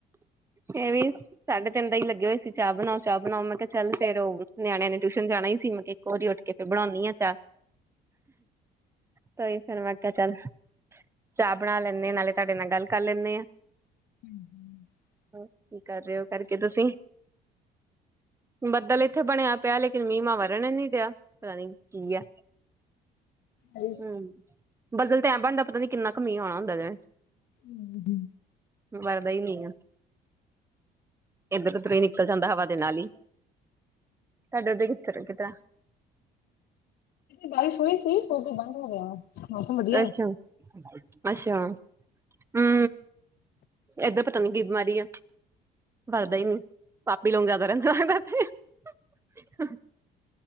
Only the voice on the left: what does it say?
ਹਾਂਜੀ।
ਹਰੀ
ਹੂੰ-ਹੂੰ।
ਬਾਰਿਸ਼ ਹੋਈ ਸੀ, ਹੋ ਕੇ ਬੰਦ ਹੋ ਗਿਆ। ਮੌਸਮ ਵਧੀਆ
ਹੈ।